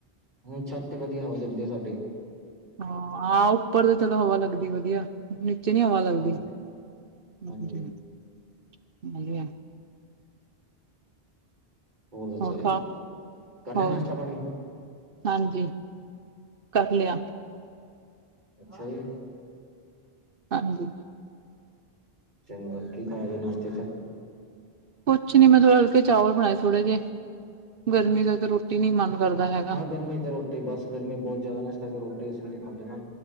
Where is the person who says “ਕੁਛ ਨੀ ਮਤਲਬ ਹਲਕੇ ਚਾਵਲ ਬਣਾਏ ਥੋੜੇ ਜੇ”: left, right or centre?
Right